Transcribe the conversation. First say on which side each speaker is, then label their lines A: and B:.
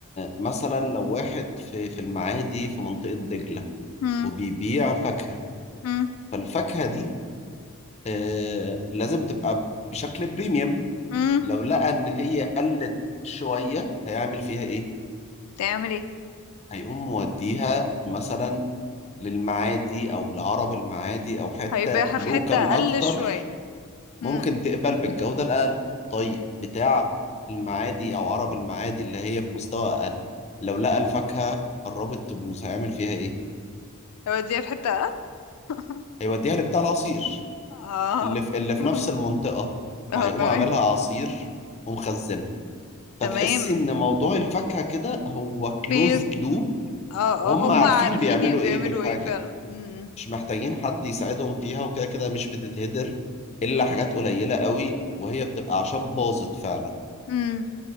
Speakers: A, on the left; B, on the left.
A: مثلا لو واحد في في المعادي في منطقة دجلة
B: امم
A: وبيبيع فاكهة
B: امم
A: فالفاكهة دي آه، لازم تبقى بشكل بريميوم
B: امم
A: لو لقى ان هي قلت شوية هيعمل فيها ايه
B: تعمل ايه
A: هيقوم موديها مثلا للمعادي او لعرب المعادي او حتة
B: هيبيعها
A: لوكال
B: في حتة اقل
A: اكتر
B: شوية امم
A: ممكن تقبل بالجودة الاقل طيب بتاع المعادي او عرب المعادي اللي هي في مستوى اقل لو لقى الفاكهة قربت تبوظ هيعمل فيها ايه
B: هيوديها في حتة اقل <laughs>
A: هيوديها لبتاع العصير
B: اه
A: اللي في اللي في
B: <laughs>
A: نفس المنطقة
B: اه
A: فهيقوم
B: تمام
A: عاملها عصير ومخزنها
B: تمام
A: فتحسي ان موضوع الفاكهة كده هو
B: بيس
A: كلوزد لوب
B: اه
A: وهم
B: آه، هم
A: عارفين
B: عارفين
A: بيعملوا
B: اللي بيعملوا
A: ايه بالحاجة
B: ايه فعلا امم
A: مش محتاجين حد يساعدهم فيها وكده كده مش بتتهدر الا حاجات قليلة قوي وهي بتبقى عشان باظت فعلا
B: امم